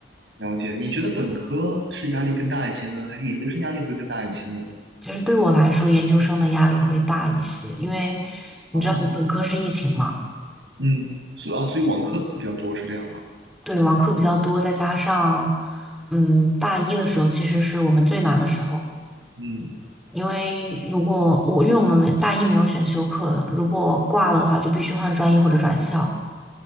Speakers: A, on the right; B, in the centre.
A: 了解。你觉得本科是压力更大一些呢，还是研究生压力会更大一些呢？
B: 其实对我来说，研究生的压力会大一些，因为你知道我本科是疫情嘛，
A: 啊，嗯，所以啊，所以网课比较多是这样吗？
B: 对，网课比较多，再加上嗯，大一的时候其实是我们最难的时候。
A: 嗯，
B: 因为如果我，因为我们没大一没有选修课的，如果挂了的话，就必须换专业或者转校，